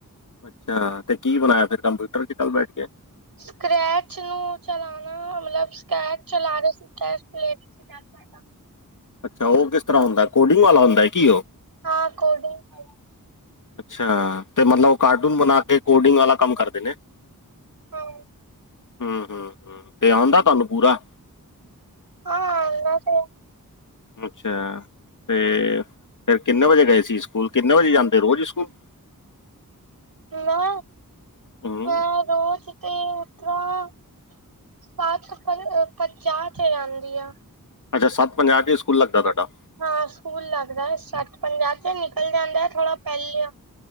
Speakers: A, on the left; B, on the right.
A: ਅੱਛਾ ਤੇ ਕੀ ਬਣਾ਼ਯਾ ਫੇਿਰ ਕੰਪਿਊਟਰ ਚ ਕੱਲ ਬੈਠ ਕੇ
B: ਸਕ੍ਰੈਚ ਨੂੰ ਚਲਾਣਾ ਮਤਲਬ ਸਕੈਚ ਚਲਾ ਰਹੇ ਸੀ ਸਕੈਚ ਪਲੇਟ <inaudible>
A: ਅੱਛਾ ਓ ਕਿਸ ਤਰ੍ਹਾਂ ਹੁੰਦਾ ਕੋਡਿੰਗ ਵਾਲਾ ਹੁੰਦਾ ਕੀ ਓ
B: ਹਾਂ ਕੋਡੀੰਗ ਵਾਲਾ।
A: ਅੱਛਾ ਤੇ ਮਤਲਬ ਕਾਰਟੂਨ ਬਣਾ ਕੇ ਕੋਡਿੰਗ ਵਾਲਾ ਕੰਮ ਕਰਦੇ ਨੇ
B: ਹਾਂ।
A: ਹੂੰ-ਹੂੰ-ਹੂੰ ਤੇ ਆਉਂਦਾ ਤਾਨੂੰ ਪੂਰਾ
B: ਹਾਂ ਆਂਦਾ ਤੇ ਐ।
A: ਅੱਛਾ ਤੇ ਫਿਰ ਕਿੰਨੇ ਵਜੇ ਗਏ ਸੀ ਸਕੂਲ ਕਿੰਨੇ ਵਜੇ ਜਾਂਦੇ ਰੋਜ਼ ਸਕੂਲ?
B: ਨਾ
A: ਹੂੰ
B: ਹਾਂ ਰੋਜ਼ ਤੇ ਉਧਰਾ <unintelligible> ਇਕ ਕੱਪ ਚਾਹ ਚ ਜਾਂਦੀ ਆ।
A: ਅੱਛਾ ਸੱਤ ਪੰਜਾਹ ਤੇ ਸਕੂਲ ਲੱਗਦਾ ਤੁਹਾਡਾ।
B: ਹਾਂ ਸਕੂਲ ਲੱਗਦਾ ਸੱਤ ਪੰਜਾਹ ਤੇ ਨਿਕਲ ਜਾਂਦਾ ਹੈ ਥੋੜਾ ਪਹਿਲੇ ਆ।